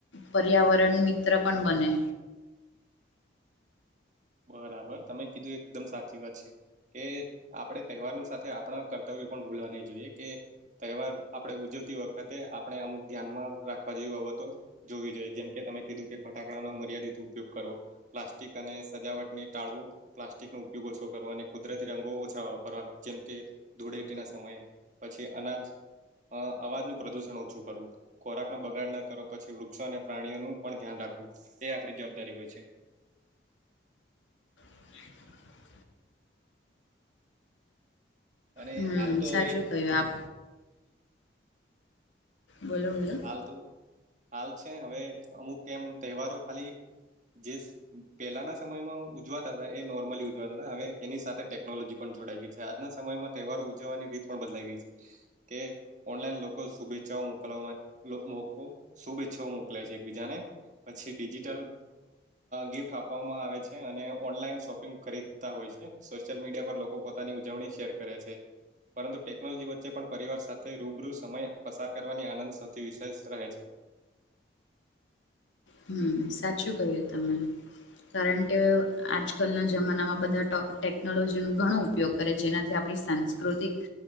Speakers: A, on the left; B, on the right.
A: પર્યાવરણ મિત્ર પણ બને
B: બરાબર તમે કીધું એકદમ સાચી વાત છે કે આપણે તહેવારની સાથે આપણા કર્તવ્ય પણ ભૂલવા નહી જોઈએ કે તહેવાર આપણે ઉજવતી વખતે આપણે અમુક ધ્યાન માં રાખવા જેવી બાબતો જોવી જોઈએ જેમકે તમે કીધું કે ફટાકડાનો મર્યાદિત ઉપયોગ કરવો પ્લાસ્ટિક અને સજાવટને ટાળવો પ્લાસ્ટિકનો ઉપયોગ ઓછો કરવા અને કુદરતી રંગો ઓછા વાપરવા જેમ કે ધૂળેટી ના સમયે પછી અનાજ અ અવાજનું પ્રદુષણ ઓછું કરવું ખોરાક નો બગાડ ના કરો પછી વૃક્ષો અને પ્રાણીઓનું પણ ધ્યાન રાખવું એ આપણી જવાબદારી હોય છે
A: <inaudible>
B: અને
A: હમ
B: હાલ તો
A: સાચું
B: હવે
A: કયું આપ બોલો બોલો
B: હાલ તો હાલ છે હવે અમુક એમ તહેવારો ખાલી જે પેલાના સમયમાં ઉજવાતા હતા એ નોર્મલી ઉજવાતા હતા હવે એની સાથે ટેકનોલોજી જોડા ગઈ છે આજના સમયમાં તહેવારો ઉજવવાની રીત પણ બદલાઈ ગઈ છે કે ઓનલાઈન લોકો શુભેચ્છાઓ મોકલવામાં લોકો શુભેચ્છાઓ મોકલે છે એકબીજાને પછી ડિજિટલ ગિફ્ટ આપવામાં આવે છે અને ઓનલાઈન શોપિંગ ખરીદતા હોય છે સોશિયલ મીડિયા પર લોકો પોતાની ઉજવણી શેર કરે છે. પરંતુ ટેકનોલોજી વચ્ચે પણ પરિવાર સાથે રૂબરૂ સમય પસાર કરવાની આનંદ સૌથી વિશેષ રહે છે.
A: હમ સાચું કહ્યું તમે કારણ કે આજકાલના જમાનામાં બધા ટો ટેકનોલોજીનું ઘણું ઉપયોગ કરે જેનાથી આપણી સાંસ્કૃતિક